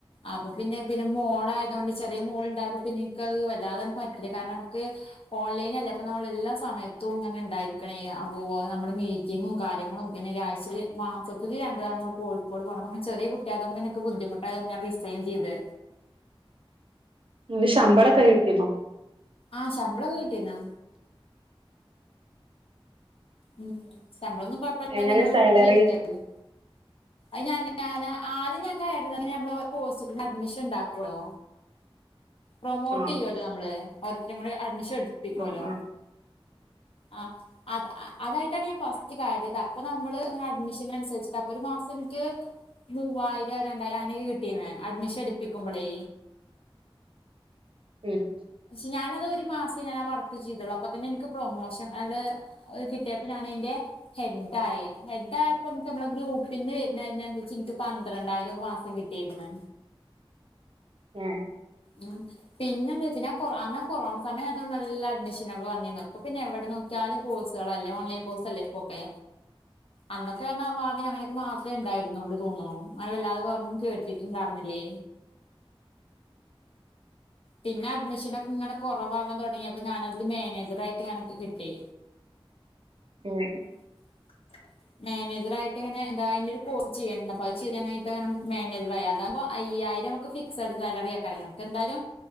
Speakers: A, on the left (about 75°); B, on the right (about 65°).
A: അപ്പൊ പിന്നെ പിന്നെ മോളയതോണ്ട് ചെറിയ മോളുണ്ടായപ്പോ പിന്നെ ഇൻക്കത് വല്ലാതെ പറ്റില്ല കാരണം അമ്മക്ക് ഓൺലൈനല്ലേ അപ്പൊ നമ്മളെല്ലാ സമയത്തും ഇങ്ങനെ ഇണ്ടായിരിക്കണം എഹ് അപ്പോ നമ്മള് മീ റ്റിങ്ങും കാര്യങ്ങളും പിന്നെ ഒരാഴ്ചയില് മാസത്തില് രണ്ട് തവണ കോയ്ക്കോട് പോണം പ്പ ങ്ങനെ ചെറിയ കു റ്റതോണ്ട് ഇൻക് ബുദ്ധിമുട്ടായതോണ്ട് ഞാൻ റിസൈൻ ചെയ്തേ
B: ന് ശമ്പള കൈട്ടിനോ
A: ആഹ് ശമ്പളൊക്കെ കിട്ടിന്നാ ഉം ശമ്പളൊന്നും കൊഴപ്പമില്ലെ
B: എങ്ങനെ
A: നമ്മടെ
B: സാലറി
A: വീട്ടിലിരിക്കല്ലേ അത് ഞാൻ ഞാനാ ആദ്യം ഞാൻ കയറുന്ന ഞമ്മള് കോഴ്സൊക്കെ അഡ്മിഷൻ ഇണ്ടാക്കുവല്ലോ പ്രൊമോട്ട്
B: ആ
A: ചെയ്യുവല്ലോ നമ്മള് ഓരോരുത്തരും കൂടെ അഡ്മിഷൻ എടുപ്പിക്കുവല്ലോ
B: ആ ആ
A: ആഹ് അത് അതായിട്ടാണ് ഞാൻ ഫസ്റ്റ് കാര്യത് അപ്പൊ നമ്മള് ഇങ്ങ് അഡ്മിഷനനുസരിച്ചിട്ട് അപ്പൊ ഒരു മാസം എനിക്ക് മൂവായിരം രണ്ടായിരം അങ്ങനൊക്കെ കിട്ടീന്ന് അഡ്മിഷൻ എടുപ്പിക്കുമ്പോളേ
B: ഉം
A: പക്ഷെ ഞാനത് ഒരു മാസം ഞാനാ വർക്ക് ചെയ്തുള്ളൂ അപ്പൊ തന്നെ എനിക്ക് പ്രൊമോഷൻ അല് ആഹ് കിട്ടിയപ്പൊ ഞാനതിന്റെ ഹെഡ് ആയി ഹെഡ് ആയപ്പോ നമുക്ക് നമ്മള ഗ്രൂപ്പിന്ന് വരുന്നതിനനുസരിച്ച് എനിക്ക് പന്ത്രണ്ടായിരംക്കൊ മാസം കി പിന്ന
B: ഉം
A: ഉം പിന്നെ എന്നാ വെച്ചീനാ ഞാൻ കൊ അന്നാ കൊറോണ സമയം അയതുകൊണ്ട് നല്ല അഡ്മിഷനുകൾ വന്നിരുന്നു അപ്പ പിന്നെ എവിടെ നോ ക്കിയാലും കോഴ്സുകളല്ലേ ഓൺലൈൻ കോഴ്സ് അല്ലേ ഇപ്പൊക്കെ അന്നൊക്കാന്ന് പറഞ്ഞാ ആ ഭാവില് അങ്ങനെയൊക്കെ മാത്രേ ഉണ്ടായിരുന്നുള്ളൂ തോന്നണു അല്ലാതെ വേറൊന്നും കേട്ടിട്ടുണ്ടായിരുന്നില്ലേ പിന്നെ അഡ്മിഷനൊക്കെ ഇങ്ങനെ കുറവാവാൻ തുടങ്ങിയപ്പോ ഞാനതില് മാനേജറായിട്ട് അങ്ങനെ കിട്ടി
B: ഉം
A: <unintelligible> മാനേജർായിട്ട ഇങ്ങനെ ഇതാ അതിന്റെ ഒരു കോഴ്സ് ചെയ്യണ്ടണ്ട് അപ്പോ അത് ചെയ്യാനായിട്ട് അങ്ങെ മാനേജറായി അതാമ്പോ അയ്യായിരമൊക്കെ ഫിക്സഡ് സാലറി ആക്കറ <unintelligible> എന്തായാലും